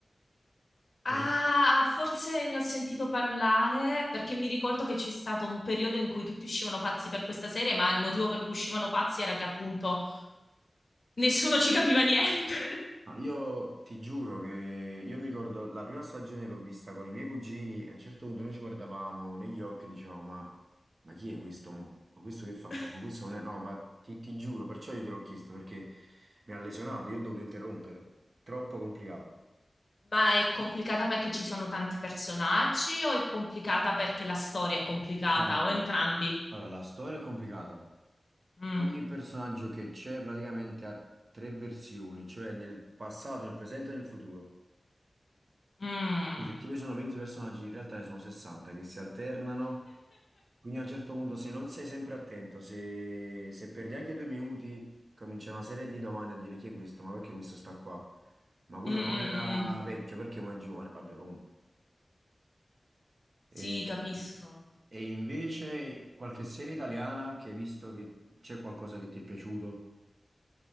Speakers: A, on the left; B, on the right.
A: Ah,
B: Non è-
A: forse ne ho sentito parlare perché mi ricordo che c'è stato un periodo in cui tutti uscivano pazzi per questa serie, ma il motivo per cui uscivano pazzi era che appunto nessuno ci capiva niente.
B: No, Io ti giuro che io mi ricordo la prima stagione l'ho vista con i miei cugini e a un certo punto noi ci guardavamo negli occhi e dicevamo ma, ma chi è questo mo? Ma questo che fa
A: <laughs>
B: qua? Ma questo non è... No, ma ti, ti giuro, perciò io te l'ho chiesto perché mi ha lesionato, io ho dovuto interrompere. Troppo complicato.
A: Ma è complicata perché ci sono tanti personaggi o è complicata perché la storia è complicata
B: Allora,
A: o entrambi?
B: allora, la storia è complicata.
A: Mm.
B: Ogni personaggio che c'è praticamente ha tre versioni, cioè nel passato, nel presente e nel futuro.
A: Mm.
B: Quindi se tipo ci sono 20 personaggi, in realtà ne sono 60 che si alternano. Quindi a un certo punto, se non sei sempre attento, se, se perdi anche due minuti, comincia una serie di domande a dire chi è questo, ma perché questo sta qua? Ma quello
A: Mm,
B: non
A: mm,
B: era
A: mm.
B: vecchio, perché mo è giovane? Vabbè, comunque. E,
A: Sì, capisco.
B: e invece qualche serie italiana che hai visto che c'è qualcosa che ti è piaciuto?